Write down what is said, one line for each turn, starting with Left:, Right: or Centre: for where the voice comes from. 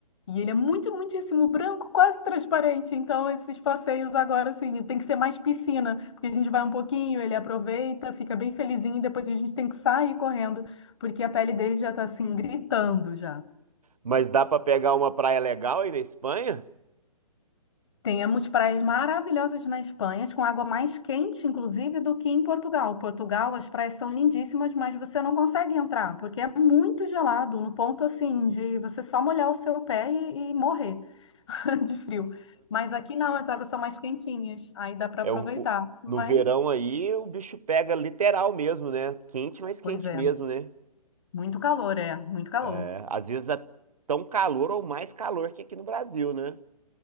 Left: E ele é muito, muitíssimo branco, quase transparente. Então, esses passeios agora, assim, tem que ser mais piscina, porque a gente vai um pouquinho, ele aproveita, fica bem felizinho, e depois a gente tem que sair correndo, porque a pele dele já está assim, gritando já.
Right: Mas dá pra pegar uma praia legal aí na Espanha?
Left: Temos praias maravilhosas na Espanha, com água mais quente, inclusive, do que em Portugal. Portugal, as praias são lindíssimas, mas você não consegue entrar, porque é muito gelado, no ponto, assim, de você só molhar o seu pé e, e morrer. <laughs> de frio. Mas aqui não, as águas são mais quentinhas, aí dá para
Right: É
Left: aproveitar.
Right: o, o-
Left: Mas,
Right: no verão aí o bicho pega literal mesmo, né? Quente, mas quente
Left: pois é,
Right: mesmo, né?
Left: muito calor, é, muito calor.
Right: É, às vezes é tão calor ou mais calor que aqui no Brasil, né?